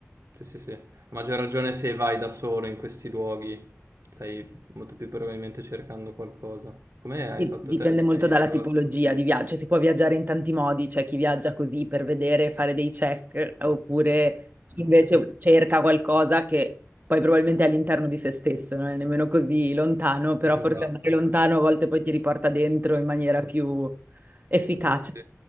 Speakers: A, on the right; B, on the right.
A: Sì, sì, sì. A maggior ragione se vai da solo in questi luoghi, stai molto più probabilmente cercando qualcosa. Come hai
B: Di-
A: fatto
B: Dipende
A: te?
B: molto
A: Hai
B: dalla
A: trovato...
B: tipologia di viaggio, Cioè, si può viaggiare in tanti modi, c'è chi viaggia così per vedere, fare dei check, oppure chi invece
A: Sì, sì, sì, sì.
B: cerca qualcosa che poi probabilmente è all'interno di se stesso, non è nemmeno così lontano, però
A: esatto.
B: forse andare lontano a volte poi ti riporta dentro in maniera più efficace.
A: Sì, sì.